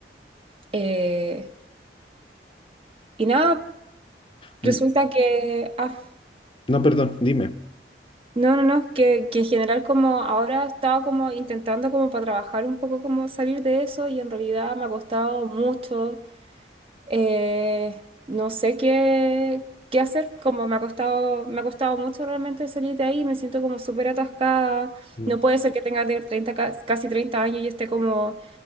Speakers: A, on the right; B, on the left.
A: eh, y nada, resulta
B: Mm,
A: que... ah,
B: no, perdón, dime.
A: No, no, no, que, que en general como ahora estaba como intentando como para trabajar un poco como salir de eso y en realidad me ha costado mucho, eh, no sé qué, qué hacer, como me ha costado, me ha costado mucho realmente salir de ahí, me siento como súper atascada,
B: Mm.
A: no puede ser que tenga de 30 ca- casi 30 años y esté como